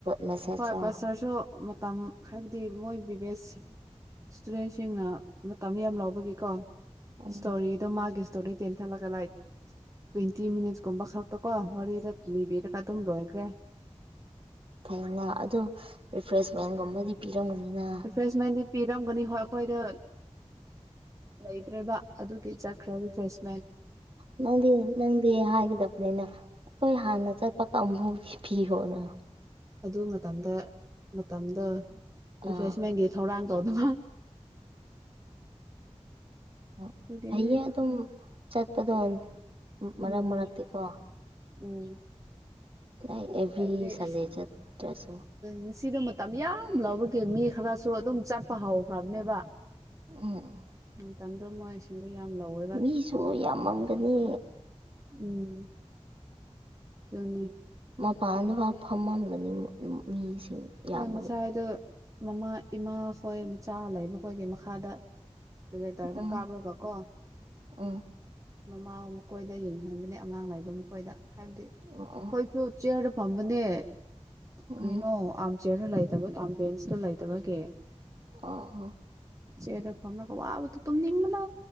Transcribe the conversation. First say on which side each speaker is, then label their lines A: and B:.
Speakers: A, on the right (about 50°); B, on the right (about 30°).
A: ꯃꯦꯁꯦꯖꯇꯣ
B: ꯍꯣꯏ ꯄꯥꯁꯇ꯭ꯔꯁꯨ ꯃꯇꯝ ꯍꯥꯏꯕꯗꯤ ꯃꯣꯏꯕꯤ ꯕꯦꯁ ꯏꯁꯇꯨꯗꯦꯟꯁꯤꯡꯅ ꯃꯇꯝ ꯌꯥꯝ ꯂꯧꯕꯒꯤꯀꯣ
A: ꯎꯝ
B: ꯁꯇꯣꯔꯤꯗꯣ ꯃꯥꯒꯤꯁ ꯇꯣꯂꯤ ꯇꯦꯟ ꯊꯂꯒ ꯂꯥꯏ ꯇꯋꯦꯟꯇꯤ ꯃꯤꯠ ꯈꯥꯛꯇꯥ ꯀꯣ ꯋꯥꯔꯤꯗ ꯂꯤꯕꯤꯔ ꯀꯥ ꯑꯗꯨꯝ ꯂꯣꯏꯒ꯭ꯔꯦ
A: ꯐꯩꯅ ꯑꯗꯣ ꯔꯤꯐ꯭ꯔꯦꯁꯃꯦꯟꯒꯨꯝꯕꯗꯤ ꯄꯤꯔꯝꯒꯅꯤꯅꯥ
B: ꯔꯤꯐ꯭ꯔꯦꯁꯃꯦꯟꯗꯤ ꯄꯤꯔꯝꯒꯅꯤ ꯍꯣꯏ ꯑꯩꯈꯣꯏꯗ ꯂꯩꯇ꯭ꯔꯦꯕ ꯑꯗꯨꯒꯤ ꯆꯠꯈ꯭ꯔ ꯔꯤꯐ꯭ꯔꯦꯁ
A: ꯅꯪꯗꯤ ꯅꯪꯗꯤ ꯍꯥꯏꯗꯕꯅꯤꯅ ꯑꯩꯈꯣꯏ ꯍꯥꯟꯅ ꯆꯠꯄ ꯀꯥꯡꯕꯨꯒꯤ ꯐꯤꯔꯣꯅ
B: ꯑꯗꯨ ꯃꯇꯝꯗ ꯃꯇꯝꯗ ꯔꯤꯐ꯭ꯔꯦꯁꯃꯦꯟꯒꯤ
A: ꯑꯥ
B: ꯊꯧꯔꯥꯡ ꯇꯧꯅꯕ
A: ꯑꯣ
B: ꯑꯗꯨꯒꯤꯅꯦ
A: ꯐꯩꯌꯦ ꯑꯗꯨꯝ ꯆꯠꯄꯗꯣ ꯃꯔꯛ
B: ꯎꯝ
A: ꯃꯔꯛꯇꯤꯀꯣ
B: ꯎꯝ
A: ꯑꯦꯚ꯭ꯔꯤ
B: ꯍꯥꯏꯕꯗꯤ
A: ꯁꯟꯗꯦ
B: ꯑꯁ
A: ꯆꯠꯇ꯭ꯔꯁꯨ
B: ꯉꯥꯁꯤꯗ ꯃꯇꯝ ꯌꯥꯝ ꯂꯧꯕꯒꯤ ꯃꯤ ꯈꯔꯁꯨ ꯑꯗꯨꯝ ꯆꯠꯄ ꯍꯧꯈ꯭ꯔꯕꯅꯦꯕ
A: ꯎꯝ
B: ꯎꯝ ꯇꯝ <unintelligible> ꯑꯗꯨ ꯌꯥꯝ ꯂꯧꯋꯦ
A: ꯃꯤꯁꯨ ꯌꯥꯝꯃꯝꯒꯅꯤ
B: ꯎꯝ ꯆꯅꯤ
A: ꯃꯄꯥꯟꯗꯥꯐꯎ ꯐꯝꯃꯝꯒꯅꯤ <unintelligible> ꯃꯤꯁꯤꯡ ꯌꯥꯝꯕꯒꯤ
B: ꯍꯣꯏ ꯉꯁꯥꯏꯗꯣ ꯃꯃꯥ ꯏꯃꯥ ꯍꯣꯏ ꯃꯆꯥ ꯂꯩꯕꯈꯣꯏꯒꯤ ꯃꯈꯥꯗ ꯄ꯭ꯔꯣꯖꯦꯛꯇ꯭ꯔꯗ
A: ꯎꯝ
B: ꯀꯥꯕꯔꯒꯀꫭ
A: ꯎꯝ
B: ꯃꯃꯥ ꯃꯈꯣꯏꯗ ꯌꯦꯡꯍꯟꯕꯅꯦ ꯑꯉꯥꯡ ꯂꯩꯕ ꯃꯈꯣꯏꯗ ꯍꯥꯏꯕꯗꯤ
A: <unintelligible>
B: ꯑꯗꯨ ꯆꯤꯌꯔꯗ ꯐꯝꯕꯅꯦ ꯀꯩꯅꯣ
A: ꯎꯝ
B: ꯆꯤꯌꯔꯗꯨ ꯂꯩꯇꯕ ꯗꯨꯑꯝ ꯕꯦꯟꯁꯇꯨ ꯂꯩꯇꯕꯒꯤ
A: ꯑꯣ ꯑꯣ
B: ꯆꯦꯔꯗ ꯐꯝꯔꯒꯥ ꯋꯥꯕꯗꯨ ꯇꯨꯝꯅꯤꯡꯕꯅ